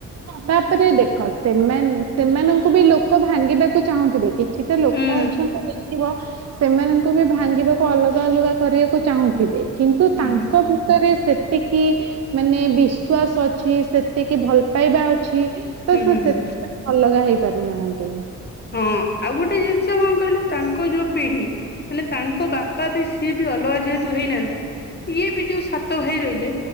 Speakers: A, on the right; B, on the left.
A: ତାପରେ ଦେଖ ସେମାନ ସେମାନଙ୍କୁ ବି ଲୋକ ଭାଙ୍ଗିବାକୁ ଚାହୁଁଥିବେ କି ଛିଟା ଲୋକ
B: ହୁଁ
A: ଅଛନ୍ତି ଦେଖିବ। ସେମାନଙ୍କୁ ବି ଭାଙ୍ଗିବାକୁ ଅଲଗା ଅଲଗା କରିଆକୁ ଚାହୁଁଥିବେ କିନ୍ତୁ
B: ହୁଁ
A: ତାଙ୍କ ତରେ ସେତିକି ମାନେ ବିଶ୍ଵାସ ଅଛି ସେତିକି ଭଲ ପାଇବା ଅଛି। ତ
B: ହୁଁ
A: ସେ
B: ହୁଁ
A: ସେଥିପାଇଁ
B: ହୁଁ
A: ଅଲଗା ହେଇ ପାରୁନାହାନ୍ତି।
B: ହଁ ଆଉ ଗୋଟେ ଜିନ୍-। ସେ କଣ କହିଲ ତାଙ୍କ ଯୋଉ ପିଢି ହେନେ ତାଙ୍କ ବାପା ବି ସିଏ ବି ଅଲଗା ଯେହେତୁ ହେଇନାହାନ୍ତି। ଇଏ ବି ଯୋଉ ସାତ ଭାଇ ରହିଲେ।